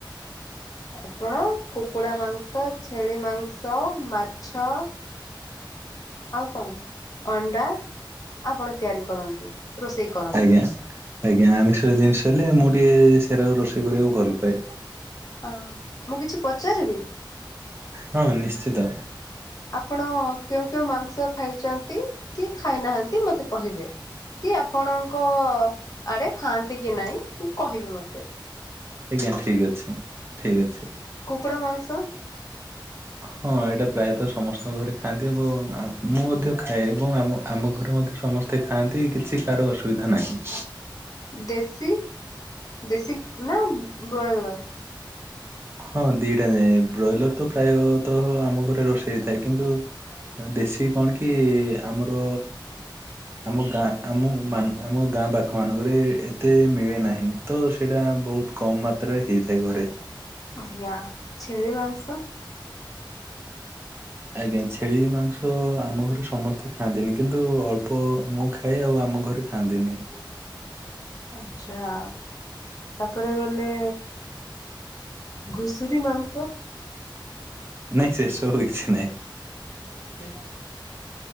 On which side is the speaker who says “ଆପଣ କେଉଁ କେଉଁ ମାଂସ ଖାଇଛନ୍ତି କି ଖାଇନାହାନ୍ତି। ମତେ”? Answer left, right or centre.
Left